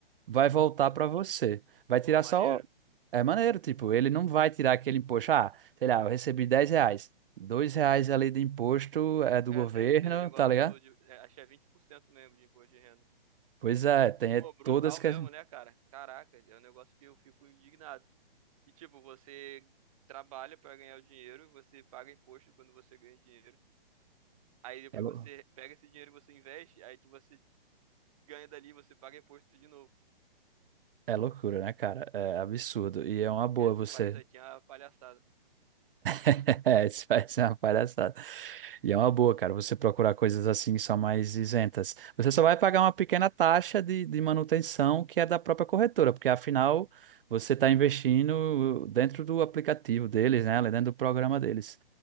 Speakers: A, on the right; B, on the right.
A: vai voltar para você. Vai
B: Pô,
A: tirar
B: maneiro.
A: só. É maneiro, tipo, ele não vai tirar aquele imposto. Ah, sei lá, eu recebi 10 reais. dois reais ali de imposto é do
B: É,
A: governo,
B: tem, tem um negócio
A: tá ligado?
B: do. De, é, acho que é 20% mesmo de imposto de renda.
A: Pois é, tem é
B: Pô, brutal
A: todas que.
B: mesmo, né, cara? Caraca, é um negócio que eu fico indignado. E tipo, você trabalha para ganhar o dinheiro, você paga imposto quando você ganha dinheiro. Aí depois
A: É, lou-
B: você pega esse dinheiro e você investe, aí que você ganha dali, você paga imposto de novo.
A: é loucura, né, cara? É absurdo. E é uma boa
B: E esse
A: você
B: país aí tinha uma palhaçada.
A: <laughs> É, isso vai ser uma palhaçada. E é uma boa, cara, você procurar coisas assim só mais isentas. Você só vai pagar uma pequena taxa de, de manutenção que é da própria corretora, porque afinal você está investindo dentro do aplicativo deles, né? Dentro do programa deles.